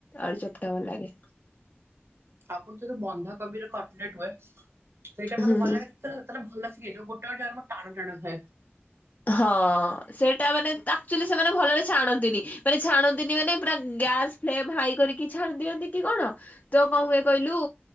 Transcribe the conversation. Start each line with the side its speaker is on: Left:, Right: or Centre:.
Left: ଆଳୁ ଚପ୍ ଟା ଭଲଲାଗେ।
Right: ଆପଣ ଯଦି ବନ୍ଧାକୋବିରେ କଟଲେଟ୍ ହୁଏ ସେଇଟା ମତେ
Left: ହୁଁ।
Right: ଭଲ ଲାଗେ। ସେ ସେତେବେଳେ ଭଲଥିବ ଗୋଟା ଗୋଟା ଟାଣ ଟାଣ ଥାଏ।
Left: ହଁ ସେଇଟା ମାନେ ଆକ୍ଚୁଲି ସେମାନେ ଭଲରେ ଛାଣନ୍ତିନି ମାନେ ଛାଣନ୍ତିନି ମାନେ ପୁରା ଗ୍ୟାସ୍ ଫ୍ଲେମ୍ ହାଇ କରିକି ଛାଣିଦିଅନ୍ତି କି କଣ ତ କଣ ହୁଏ କହିଲୁ?